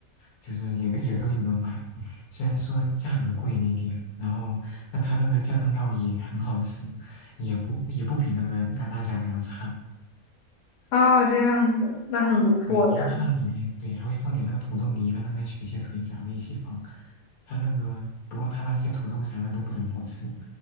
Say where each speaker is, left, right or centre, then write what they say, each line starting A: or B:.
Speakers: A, on the left (about 80°); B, on the left (about 60°).
A: 就是也都也都有的买，虽然说价格贵了一点，然后但它那个酱料也很好吃，也不也不比那个鸭大家的要差。
B: 啊，这样子，那很不错呀。
A: 对，然后它那个里面，对，还会放点那个土豆泥跟那个雪血腿啥的一起放。它那个，不过它那些土豆啥的都不怎么好吃，